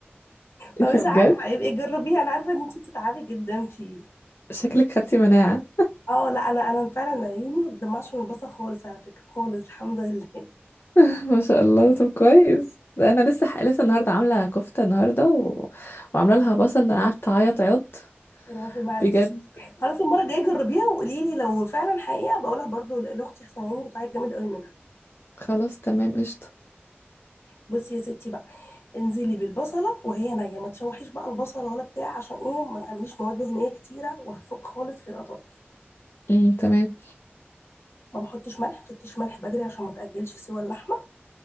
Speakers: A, on the left; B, on the left.
A: فمش
B: إيه ده بجد
A: عارفة يبقى جربيه انا عارفة ان انت بتتعبي جدا فيه
B: شكلك خدتي مناعه
A: اه لا انا انا فعلا عيوني ما بتدمعش من البصل خالص على فكره خالص الحمد لله <laughs>
B: <laughs> ما شاء الله طب كويس ده انا لسه ح... لسه النهارده عامله كفته النهارده و... وعامله لها بصل انا قعدت اعيط عيط
A: روحي معلش
B: بجد
A: خلاص المره الجايه جربيها وقولي لي لو فعلا حقيقه بقولها برضو لاختي احسن عيني بتعيط جامد قوي منها
B: خلاص تمام قشطه
A: بصي يا ستي بقى انزلي بالبصله وهي نيه ما تشوحيش بقى البصله ولا بتاع عشان ايه ما تعمليش مواد دهنيه كتيره وهتفك خالص في القطايف
B: امم تمام
A: ما بحطش ملح ما تحطيش ملح بدري عشان ما تاجلش سوى اللحمه